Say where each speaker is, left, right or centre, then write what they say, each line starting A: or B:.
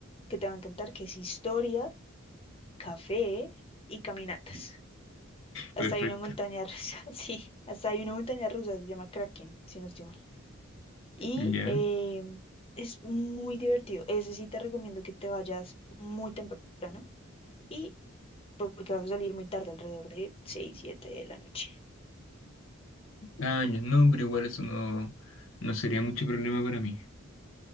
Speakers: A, on the left; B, on the left.
A: que te va a encantar, que es historia, café y caminatas.
B: perfecto.
A: Hasta hay una montaña rusa, <laughs> sí, hasta hay una montaña rusa, se llama Kraken, si no estoy mal. Y
B: Ya.
A: eh, es muy divertido. Ese sí te recomiendo que te vayas muy temprano y porque vas a salir muy tarde, alrededor de 6 7 de la noche.
B: Ah, ya, no, pero igual eso no, no sería mucho problema para mí.